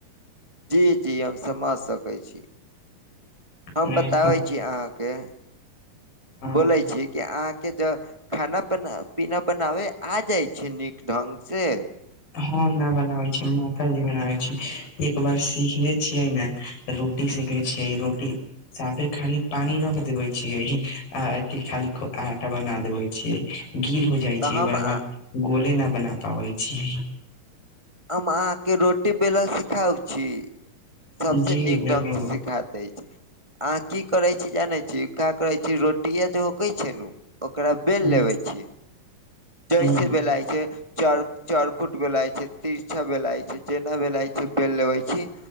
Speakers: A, on the right; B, on the left.
A: जी जी हम समझ सकैय छी
B: छै
A: हम बताबैय। कि अहाके
B: हँ
A: बोलैय छी। के अहाके ज खाना पना पीना बनाबे आ जाइ छैय नीक ढंग से।
B: हँ नै बनाबै छी माताजी बनाबैय छी एक बार सिखले छियै न। रोटी सीखने छियै रोटी। साफे खाली पानी रह देबेबब छियै खाली आटा बना देबे छियै। गील हो जाइ
A: तऽ
B: छैय
A: हम
B: ओकरा
A: आ
B: बाद गोले नै बना पाबैय छियै।
A: हम अहा के रोटी बेलल सिखाव छी सबस
B: जी
A: नीक
B: जरूर
A: ढंग से सिख। सिखा दैय छी अहा की करैय छी जानै छी का करै छी रोटीये जे होकैय छैय नु। ओकरा बेल
B: हूं,
A: लेबैय छी जैसे
B: हूं,
A: बेलइ छैय चर। चोरखुट बेलय छैय तिरछा बेलय छैय जेना भेलाय छैय बेल लेबे छी।